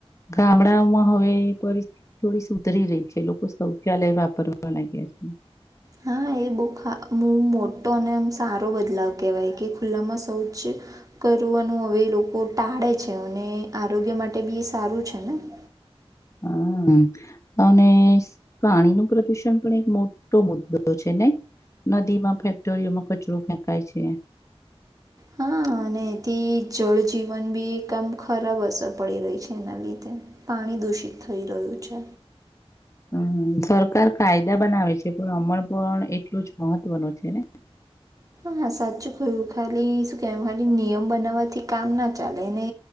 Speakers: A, on the left; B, on the right.
A: ગામડાઓમાં હવે પરિસ્થિતિ થોડી સુધરી રહી છે લોકો શૌચાલય વાપરવા લાગ્યા છે.
B: હા એ બહુ મોટો અને એમ સારો બદલાવ કેહેવાય કે ખુલ્લામાં શૌચાલય કરવાનું હવે લોકો ટાળે છે અને આરોગ્ય માટે બી સારું છે ને. <inaudible>
A: હા અને પાણી નું પ્રદુષણ પણ એક મોટો મુદ્દો છે ને. નદીમાં ફેક્ટરીઓમાં કચરો ફેંકાય છે.
B: હા અને એથી જળજીવન બી આામ ખરાબ અસર પડી રહી છે એના લીધે પાણી દૂષિત થઈ રહ્યું છે.
A: હમ સરકાર કાયદા બનાવે છે પણ અમણ પણ એટલું જ મહત્વનું છે ને.
B: હા સાચું ખાલી શું કે ખાલી નિયમ બનાવવાથી કામ ના ચાલે ને